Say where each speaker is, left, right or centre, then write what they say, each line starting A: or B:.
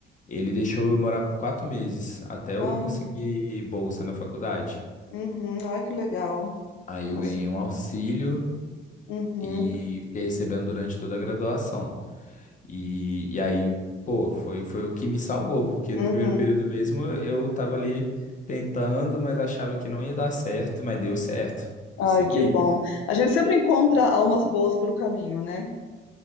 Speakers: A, on the left; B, on the left.
A: Ele deixou eu morar por quatro meses, até eu
B: Ah,
A: conseguir bolsa na faculdade.
B: uhum. Ai, que legal.
A: Aí eu
B: Nossa.
A: ganhei um auxílio
B: Uhum.
A: e fiquei recebendo durante toda a graduação. E, e aí, pô, foi, foi o que me salvou, porque
B: Uhum.
A: no primeiro período mesmo eu tava ali tentando, mas achava que não ia dar certo, mas deu certo.
B: Ai,
A: Consegui.
B: que bom. A gente sempre encontra almas boas pelo caminho, né?